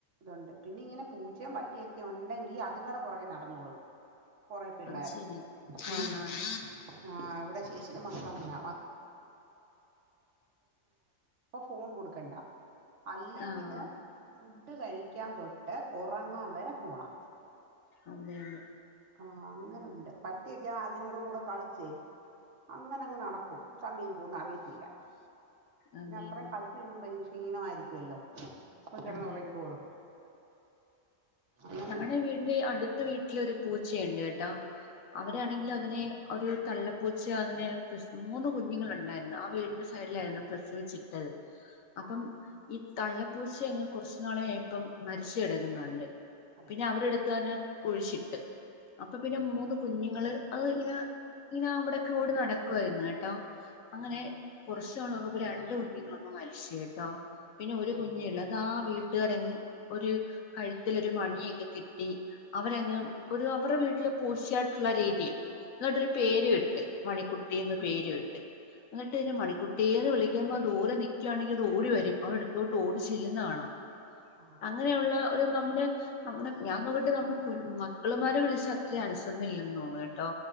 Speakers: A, on the right (about 60°); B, on the left (about 75°).
A: തുണ്ട് പിന്നെ ഇങ്ങനെ പൂച്ചയും പട്ടിയൊക്കെണ്ടെങ്കി അതുങ്ങടേ പൊറകെ നടന്നോളും കൊറേ പിള്ളാര്
B: അത് ശരിയാ
A: ഉം
B: ആണാണ്
A: ആ <unintelligible> ചേച്ചിടേ മക്കളാ ഫോൺ കൊടുക്കണ്ട അല്ലെങ്കില്
B: ആഹ്
A: ഫുഡ് കഴിക്കാൻ തൊട്ട് ഉറങ്ങാവരെ ഫോണാ
B: അതെ അതെ
A: ആ അങ്ങനെണ്ട് പട്ടിയൊക്കേ അത്ങ്ങടെകൂടെ കളിച്ച് അങ്ങനങ്ങ് നടക്കും സമീ പോകുന്നറിയത്തില്ല
B: അതെ
A: പിന്നെ അത്രയും
B: അതെ
A: കളിച്ചഴിയുമ്പോ ഭയങ്കര ഇഷ് ക്ഷീണമായിരിക്കുവല്ലോ അപ്പൊ കെടന്നൊറങ്ങിക്കോളും
B: അതെ
A: അങ്ങനെയുണ്ട്
B: ഞങ്ങടെ വീടിൻ്റെ അടുത്ത വീട്ട ട്ടിലൊരു പൂച്ചയൊണ്ട് കേട്ടോ അവരാണങ്കിലും
A: ആഹ്
B: അതിനെ ഒരു തള്ളപ്പൂച്ച അതിന് പ്രസ മൂന്ന് കുഞ്ഞുങ്ങളുണ്ടായിരുന്നു ആ വീടിന്റെ സൈഡിലായിരുന്നു പ്രസവിച്ചിട്ടത് അപ്പം
A: ആഹാ
B: ഇ തള്ളപ്പൂച്ച എങ് കുറച്ചുനാളകഴിയുമ്പം മരിച്ച കിടക്കുന്നകണ്ട്
A: അയ്യോ
B: പിന്നെ അവരെ എടുത്താന് കുഴിച്ചിട്ട് അപ്പൊ പിന്നെ മൂന്ന് കുഞ്ഞുങ്ങള് അത് ഇങ്ങനെ ഇങ്ങനെ അവിടൊക്കെ ഓടി നടക്കുായിരുന്നു കേട്ടോ അങ്ങനെ
A: അയ്യോ
B: കുറച്ച് ന ഇ രണ്ട് കുഞ്ഞുങ്ങളങ്ങ് മരിച്ചു കേട്ടോ പിന്നെ ഒരു
A: അയ്യോ
B: കുഞ്ഞെള്ളൂ അത് ആ വീട്ട വീട്ടുകാരങ്ങ് ഒരു <unintelligible> തിലൊരു മണിയൊക്കെ കിട്ടി അവരെങ്ങ്
A: ഉം
B: ഒരു അവരുടെ വീട്ടില് പൂശായായിട്ടുള്ള രീതി എന്നട്ടൊരു പേര്
A: ഉം
B: ഇട്ട് മണിക്കുട്ടി കുട്ടിന്ന് പേര് ഇട്ട് എന്നിട്ട് മണിക്കുട്ടീന്ന് വിളിക്ക അ്യ്പോ അ ദൂരെ നി ക്കുകവാണെങ്കിൽ അത് ഓടി വരും അവടെടുത്തോട്ട്ഓടിചില്ലന്ന് കാണാം
A: ആഹ്
B: അങ്ങനെയുള്ള
A: അതെ അതെ
B: ഒരു നമ്മുടെ നമ്മുടെ ഞാൻ നോക്കിയിട്ട് നമ്മുടെ മക്കളുമാരെ വിളിച്ച അത്രയും അനുസരണ ഇല്ലന്ന് തോന്നുന്നു കേട്ടോ